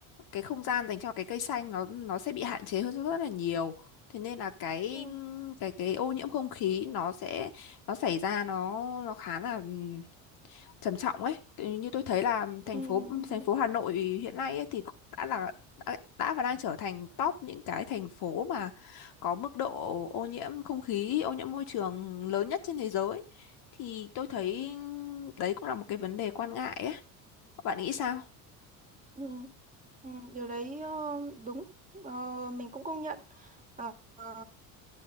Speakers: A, on the left (about 55°); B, on the right (about 20°).
A: cái không gian dành cho cái cây xanh nó nó sẽ bị hạn chế hơn rất là nhiều thế nên là cái
B: ừ,
A: cái cái ô nhiễm không khí nó sẽ nó xảy ra nó nó khá là ừm, trầm trọng ấy Tự- như tôi thấy là
B: ừ,
A: thành phố
B: ừ,
A: thành phố Hà Nội hiện nay ấy, thì cũng đã là đã, đã và đang trở thành top những cái thành phố mà có mức độ ô nhiễm không khí ô nhiễm môi trường lớn nhất trên thế giới thì tôi thấy đấy cũng là một cái vấn đề quan ngại ấy bạn nghĩ sao
B: ừ, ừ, điều đấy ờ, đúng Ờ, mình cũng công nhận Ờ, ờ,